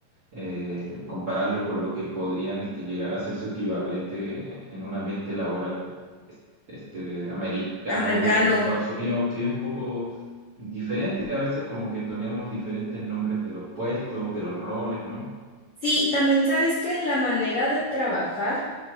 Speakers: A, on the right (about 50°); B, on the left (about 80°).
A: eh, compararlo con lo que podrían este, llegar a ser su equivalente en un ambiente laboral este, de- americano,
B: americano.
A: digo, de Estados Unidos, que es un poco diferente. A veces como que tenemos diferentes nombres de los puestos, de los roles, ¿no?
B: Sí, también sabes que la manera de trabajar,